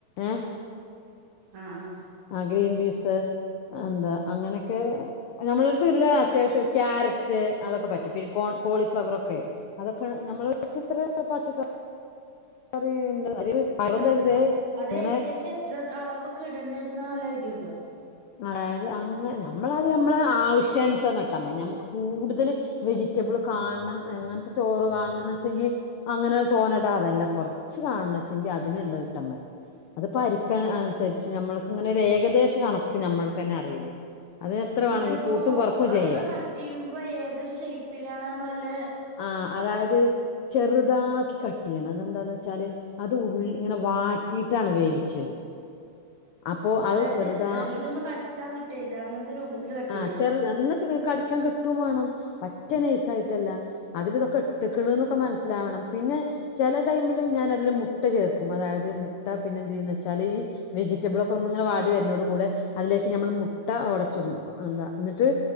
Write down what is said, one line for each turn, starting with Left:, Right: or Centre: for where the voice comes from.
Left: ഏ
Right: ആഹ് ആഹ്
Left: ആ ഗ്രീൻ ബീസ് എന്താ അങ്ങനൊക്കെ ഞമ്മളടുത്ത്ള്ള അത്യാവശ്യം ക്യാരറ്റ് അതൊക്കെ പറ്റും പിന്നെ കോ കോളിഫ്ലവർ ഒക് ക്കെ അതൊക്കെ ഞമ്മളടുത്ത് എത്ര പാച്ചക്ക റീ ഉണ്ട് അറുപത്
Right: ആ
Left: അങ്ങനെ
Right: അത് ഏകദേശം എത്ര അളവൊക്കെ ഇടേണ്ടി വരുന്ന വല്ല ഐഡിയൊണ്ടോ
Left: അതായത് അങ്ങ നമ്മള അത് നമ്മളെ ആവശ്യാനുസരണം ഇട്ടാതി നഞമ്മക്ക് കൂടുതൽ വെജിറ്റബിൾ കാണ എങ്ങനത്തെ ചോറ് കാണണംന്ന് വെച്ചെങ്കിൽ അങ്ങനെ തോനേടാ അതല്ല കൊറച്ച് കാണ അതിനുള്ള ഇട്ട മതി അത് പ അനുസരിച്ച് നമ്മക്ക്ങ്ങനെ ഏകദേശ കണക്ക നമ്മൾക്ക് തന്നെ അറിയില്ലേ വേണെങ്കിലും
Right: ഇതിപ്പോ
Left: കൂട്ടും കൊറക്കും
Right: അതൊക്കെ
Left: ചെയ്യാ
Right: കട്ട് ചെയ്യുമ്പോ ഏതൊരു ഷേ്പ്പിലാണ് എന്ന് വെല്ല
Left: ആഹ അതായത് ചെറുത് ഇതാക്കി കട്ട് ചെയ്യണം അതെന്താന്ന് വെച്ചാല് അത് ഉള്ള ഇങ്ങനെ വാട്ടിയിട്ടാണ് വേവിിച്ച അപ്പൊ അത്
Right: അതായത്
Left: ചെറുതാ
Right: ഇതൊന്ന് കടിച്ചാൻ കിട്ടരുത് അങ്ങനത്തെ രൂപത്തിൽ കട്ട്
Left: ആ
Right: ചെയ്യണം
Left: ചെറുത് എന്നാ കടിക്കാൻ കിട്ടും വേണം ഒറ്റ നൈസ ആയിട്ടല്ല അതിൽ ഇതൊക്കെ എട്ടക്കൊക്കെ മനസ്സിലാവണം പിന്നെ ചില ടൈമിൽ ഞ മുട്ട ചേർക്കും അതായത് മുട്ട പിന്നെ എന്തന്ന് വെച്ചാല് ഈ വെജിറ്റബിൾ ഒക്കെ ങ്ങനെ വാടി വരുന്നോട് കൂടെ അതിലേക്ക് നമ്മൾ മുട്ട ഉടച്ചുടുമ്പോ എന്താ എന്നിട്ട്